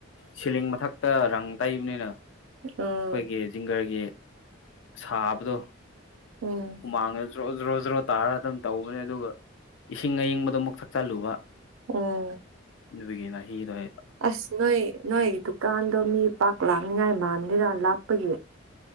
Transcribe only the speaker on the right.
ꯎꯝ
ꯎꯝ
ꯎꯝ
ꯑꯁ ꯅꯣꯏ ꯅꯣꯏ ꯀꯥꯟꯗꯣ ꯃꯤ ꯄꯥꯛ ꯂꯥꯛꯅꯤꯡꯉꯥꯏ ꯃꯥꯟꯗꯦꯗ ꯂꯥꯥꯛꯄꯒꯤ